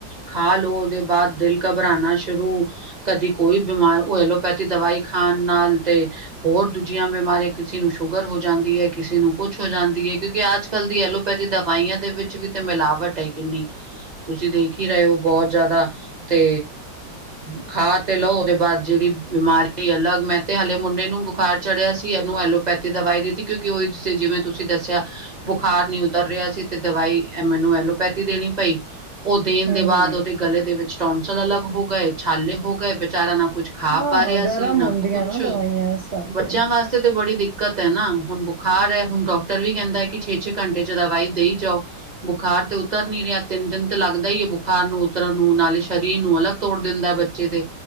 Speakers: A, on the right (about 30°); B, on the right (about 70°).
A: ਖਾ ਲਓ ਉਹਦੇ ਬਾਅਦ ਦਿਲ ਘਬਰਾਣਾ ਸ਼ੁਰੂ, ਕਦੀ ਕੋਈ ਬਿਮਾਰ ਉਹ ਐਲੋਪੈਥੀ ਦਵਾਈ ਖਾਣ ਖਾਣ ਤੇ ਹੋਰ ਦੂਜੀਆਂ ਬਿਮਾਰੀਆਂ ਕਿਸੇ ਨੂੰ ਸ਼ੂ ਸ਼ੂਗਰ ਹੋ ਜਾਂਦੀ ਐ, ਕਿਸੇ ਨੂੰ ਕੁਛ ਹੋ ਜਾਂਦੀ ਐ, ਕਿਉਂਕਿ ਅੱਜ- ਕੱਲ੍ਹ ਦੀ ਐਲੋ ਰੀ ਦਵਾਈਆਂ ਦੇ ਵਿੱਚ ਵੀ ਤੇ ਮਿਲਾਵਟ ਹੈ ਕਿੰਨੀ। ਤੁਸੀਂ ਦੇਖ ਹੀ ਰਹੇ ਹੋ, ਬਹੁਤ ਜ਼ਿਆਦਾ। ਤੇ ਖਾ ਤੇ ਲਓ, ਉਹਦੇ ਬਾਅਦ ਜਿਹੜੀ ਬਿਮਾਰੀ ਐ ਅਲੱਗ ਮੈਂ ਤੇ ਹਲੇ ਮੁੰਡੇ ਨੂੰ ਬੁਖਾਰ ਚੜਿਆ ਸੀ। ਇਹਨੂੰ ਐਲੋਪੈਥੀ ਦਵਾਈ ਦਿੱਤੀ ਕਿਉਂਕਿ ਉਹੀ ਜਿਵੇਂ ਤੁਸੀਂ ਦੱਸਿਆ ਬੁਖਾਰ ਨ ਉਤਰ ਰਿਹਾ ਸੀ ਤੇ ਦਵਾਈ ਮੈਨੂੰ ਐਲੋਪੈਥੀ ਦੇਣੀ ਪਈ ਉਹ ਦੇਣ
B: ਹਮ
A: ਦੇ ਬਾਅਦ
B: ਹਮ
A: ਉਹਦੇ ਗਲੇ ਦੇ ਵਿੱਚ ਟੋਂਸਲ ਅਲੱਗ ਹੋ ਗਏ, ਛਾਲੇ ਹੋ ਗਏ ਬੇਚਾਰਾ ਨਾ ਕੁੱਝ ਖਾ
B: ਹਾਂ
A: ਪਾ ਰਿਹਾ
B: ਗਰਮ
A: ਸੀ ਨਾ
B: ਹੁੰਦੀਆਂ
A: ਕੁਛ
B: ਨਾ ਦਵਾਈਆਂ ਇਸ ਕਰਕੇ
A: ਬੱਚਿਆਂ ਵਾਸਤੇ ਤੇ ਬੜੀ ਦਿੱਕ ਕਤ ਹੈ ਨਾ ਹੁਣ ਬੁਖਾਰ ਹੈ ਹੁਣ ਡਾਕਟਰ ਵੀ ਕਹਿੰਦਾ ਕਿ ਛੇ-ਛੇ ਘੰਟੇ ਚ ਦਵਾਈ ਦੇਈ ਜਾਓ, ਬੁਖਾਰ ਤੇ ਉਤਰ ਨੀ ਰਿਹਾ ਤਿੰਨ ਦਿਨ ਤੇ ਲੱਗਦਾ ਹੀ ਹੈ ਬੁਖਾਰ ਨੂੰ ਉਤਰਨ ਨੂੰ ਨਾਲੇ ਸਰੀਰ ਨੂੰ ਅਲੱਗ ਤੋੜ ਦਿੰਦਾ ਬੱਚੇ ਦੇ।